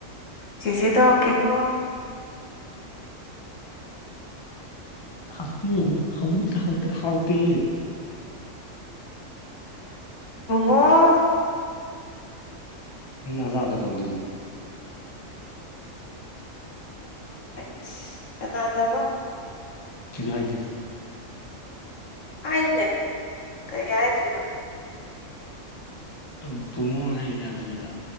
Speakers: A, on the left; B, on the left.
A: ꯆ‌ꯦꯆ‌ꯦ ꯇꯧꯔꯛꯀꯦꯀꯣ
B: ꯍꯥꯎꯇꯦ ꯍꯧꯖꯤꯛ <unintelligible> ꯍꯥꯎꯇ‌ꯦ ꯍꯥꯎꯇꯦ
A: ꯕꯨꯨꯡꯉꯣ
B: ꯅꯖꯥꯗ ꯀꯧ ꯗꯨꯗꯤ
A: ꯑꯩꯆ ꯀꯅꯥꯗꯕ
B: ꯀꯩꯖꯨ ꯍꯥꯏꯗꯦ
A: ꯍꯥꯏꯌꯨꯅꯦ ꯀꯩꯒꯤ ꯍꯥꯏꯗ꯭ꯔꯤꯅ‌ꯣ
B: ꯎꯝ ꯕꯨꯡꯉ‌ꯣ ꯍꯥꯏꯒꯤꯗ ꯍꯧꯖꯤꯛꯒꯤꯗ‌ꯣ